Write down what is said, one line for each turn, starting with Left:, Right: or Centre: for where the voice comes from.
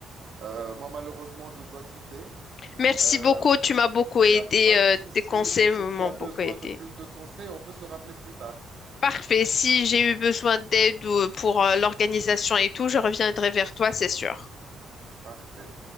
Right: Euh, moi, malheureusement, je dois quitter.
Left: Merci
Right: Euh,
Left: beaucoup, tu m'as beaucoup aidé,
Right: Il n'y a pas
Left: euh,
Right: de souci.
Left: tes conseils
Right: Et si
Left: m'ont
Right: tu as
Left: beaucoup
Right: besoin
Left: aidé.
Right: de plus de conseils, on peut se rappeler plus tard.
Left: Parfait, si j'ai eu besoin d'aide ou euh, pour euh, l'organisation et tout, je reviendrai vers toi, c'est sûr.
Right: Parfait.